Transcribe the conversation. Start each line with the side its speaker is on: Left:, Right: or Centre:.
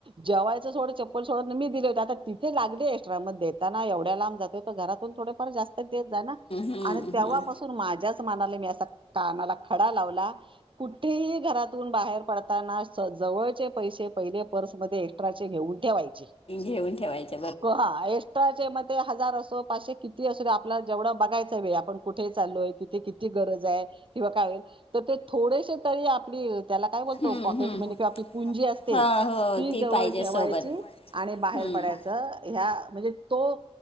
Right: जेवायच सोडं चप्ल सोड मी दिले होते आता तिथे लागले एक्ट्रा मढ़े देताना एवढ्या लांब जात हो घरात थोडेफार जास्त देत जा ना
Left: हम्म
Right: आणि तेव्हापसून
Left: हम्म.
Right: माझ्याच मनाला मी अस काना खडा लावला कुठेही घरातून बाहेर पडताना, जवळचे पैसे पहिले पर्स मधे एक्स्ट्राचे घेऊन ठेवायचे.
Left: घेऊण ठयच.
Right: ह एक्स्ट्राचे मध्ये हजार असो पाचशे किती असो आपला जेवढं बघायच वेळ आपण कुठे चाललो. तिथे किती गरज आहे. य ते थोडे से तरी आपली त्याला काय बोलतो
Left: हम्म
Right: काय काय
Left: हम्म.
Right: त मंने आपली पुंजी असते.
Left: हा हो
Right: ती जवळ
Left: पाहिजे
Right: ठेवायची
Left: सोबत
Right: आणि बाहेर
Left: हम्म.
Right: पडायचं ह्या म्हणजे, तो